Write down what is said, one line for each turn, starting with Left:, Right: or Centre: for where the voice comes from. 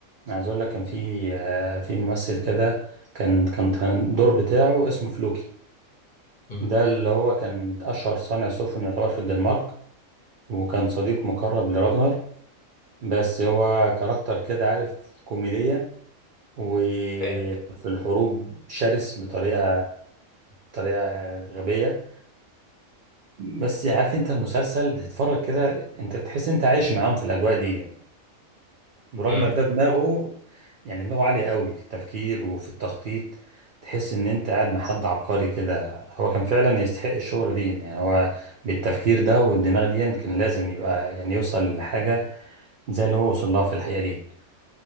Right: أنا عايز اقول لك كان في آه، في ممثل كده كان كان كان الدور بتاعه اسمه فلوكي
Left: مم.
Right: ده اللي هو كان اشهر صانع سفن يعتبر في الدنمارك وكان صديق مقرب لراجنر بس هو كاركتر كده عارف كوميديا و
Left: إيه.
Right: في الحروب شرس بطريقه طريقه غبيه بس عارف انت المسلسل تتفرج كده انت تحس انت عايش معاهم في الاجواء دي يعني وراجنر
Left: مم.
Right: ده دماغه يعني دماغه عاليه قوي في التفكير وفي التخطيط تحس ان انت قاعد مع حد عبقري كده هو كان فعلا يستحق الشهرة دي يعني هو بالتفكير ده والدماغ دي يعني كان لازم يبقى يعني يوصل لحاجه زي اللي هو وصل لها في الحقيقه دي